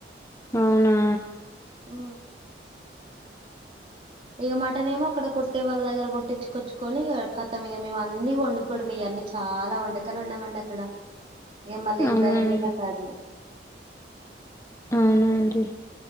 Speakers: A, on the left (about 15°); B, on the right (about 30°).
A: అవునా
B: ఊ ఇక మటన్ ఏమో అక్కడ కొట్టే వాళ్ళ దగ్గర కొట్టిచ్చుకొచ్చుకొని ఇగ కతం ఇగ మేము అన్ని వండుకోవడం ఇయ వన్నీ చాలా వంటకాలు ఉండమండి అక్కడ ఇ మళ్ళీ
A: అవునా
B: తాగేటలా
A: అండి
B: కాది
A: అవున అండి